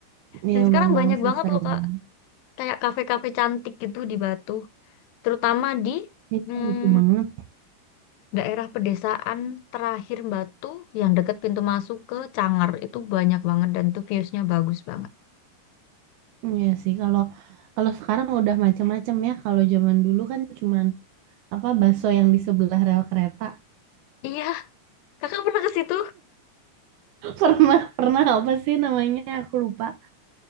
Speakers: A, on the right (about 75°); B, on the left (about 80°).
A: iya
B: Dan sekarang
A: memang
B: banyak
A: sih
B: banget
A: seru
B: loh, Kak.
A: banget
B: Kayak kafe-kafe cantik gitu di Batu. Terutama di
A: Iya,
B: hmm,
A: seru banget
B: Daerah pedesaan terakhir Batu yang deket pintu masuk ke Cangar itu banyak banget dan tuh viewsnya bagus banget.
A: Iya sih kalau kalau sekarang udah macam-macam ya. Kalau zaman dulu kan cuman apa bakso yang di sebelah rel kereta.
B: Iya, kakak pernah ke situ?
A: <laughs> Pernah pernah apa sih namanya? Aku lupa.